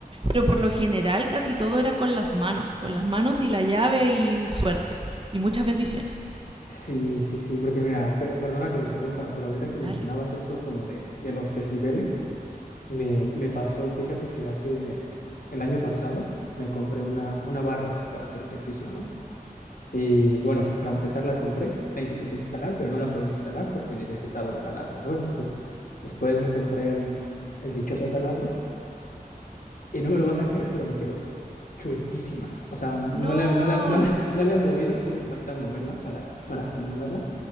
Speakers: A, on the right; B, on the left.
A: Pero por lo general casi todo era con las manos, con las manos y la llave y suerte. Y muchas bendiciones.
B: Sí, sí, sí, porque mira, per- perdona que te interrumpa, pero ahorita que
A: Dale.
B: mencionabas esto como de, de los desniveles, me, me pasó, fíjate que hace el año pasado me compré una, una barra para hacer ejercicio, ¿no? Y bueno, para empezar la compré, la intenté instalar, pero no la podía instalar porque necesitaba un taladro, ¿no? Entonces, después me compré el, el dichoso taladro Y no me lo vas a creer, pero me quedó chuequísima. O sea, no
A: No.
B: la, no la, no la, <laughs> no la he movido, sí me falta moverla para, para acomodarla,